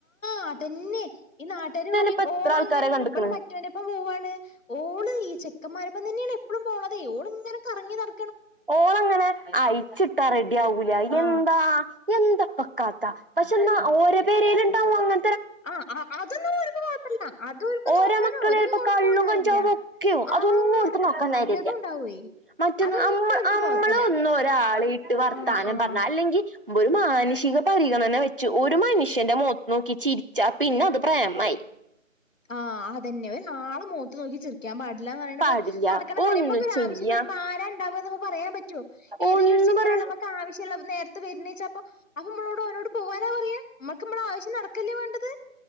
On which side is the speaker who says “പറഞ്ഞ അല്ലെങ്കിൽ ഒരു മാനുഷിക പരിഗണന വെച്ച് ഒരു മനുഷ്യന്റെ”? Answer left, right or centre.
Right